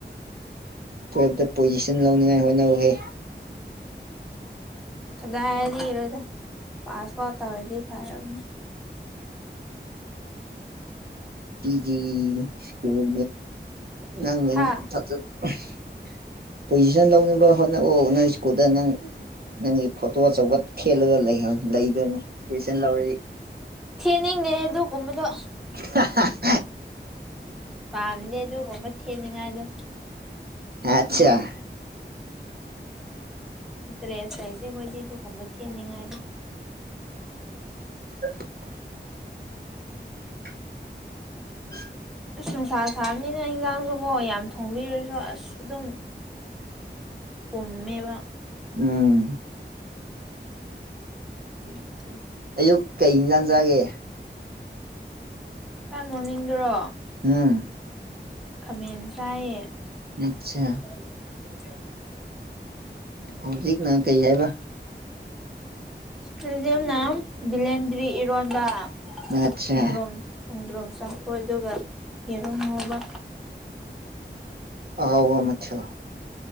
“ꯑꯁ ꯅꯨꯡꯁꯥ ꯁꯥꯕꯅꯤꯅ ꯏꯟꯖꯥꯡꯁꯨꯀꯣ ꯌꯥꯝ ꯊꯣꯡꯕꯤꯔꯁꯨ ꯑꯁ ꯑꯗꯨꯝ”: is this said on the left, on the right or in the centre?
Centre